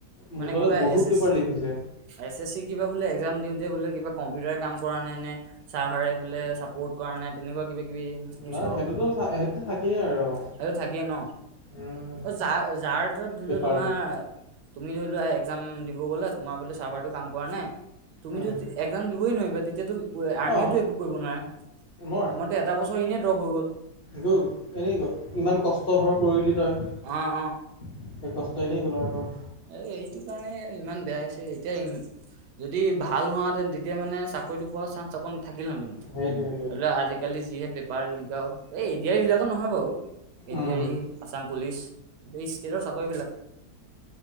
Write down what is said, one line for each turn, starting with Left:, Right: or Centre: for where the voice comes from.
Left: মুঠতে
Right: মানে কিবা
Left: বহুত
Right: এছ
Left: পেপাৰ
Right: এছচি
Left: লিক হৈছে।
Right: এছ এছ চি কিবা বোলে এক্জাম দিওঁতে বোলে কিবা কম্পিউটাৰে কাম কৰা নাই নে, চাৰ্ভাৰে বোলে চাপৰ্ট কৰা নাই তেনেকুৱা কিবা কিবি শুনিছোঁ
Left: নাই
Right: আৰু
Left: সেইটোতো সেইটোতো থাকেই আৰু
Right: সেইটো থাকেই ন,
Left: উম
Right: অ' যাৰ যাৰ য'ত ধৰি
Left: পেপাৰ
Right: লওঁ তোমাৰ
Left: লিক
Right: তুমি ধৰি লোৱা এক্জাম দিব গলা তোমাৰ বোলে চাৰ্ভাৰটো কাম কৰা নাই তুমিটো
Left: উম
Right: একজাম দিবই নোৱাৰিবা তেতিয়াতো আৰ্মিও
Left: অঁ
Right: টো একো কৰিব নোৱাৰে,
Left: মই
Right: তোমাৰতো এটা বছৰ এনে ড্ৰপ হৈ গ'ল।
Left: গ'ল এনেই গ'ল, ইমান কষ্ট ধৰ কৰিলি তই,
Right: অ',
Left: তই কষ্ট নী কলাৰটোৰ
Right: এ এইটো কাৰণে ইমান বেয়া হৈছে, এতিয়া যদি ভাল হোৱাহেতেন তেতিয়া মানে চাকৰিটো পোৱা চাঞ্চ অকণ থাকিলহেঁতেনো,
Left: সেইটোৱে সেইটোৱে
Right: ধৰি ল'লে আজিকালি যিহে পেপাৰ লিকাওঁ এই এডিয়াৰীৰ এইবিলাকো নহয় বাৰু এ
Left: উম
Right: ডি আৰি, আছাম পুলিচ কিন্তু এই ষ্টেটৰ চাকৰিবিলাক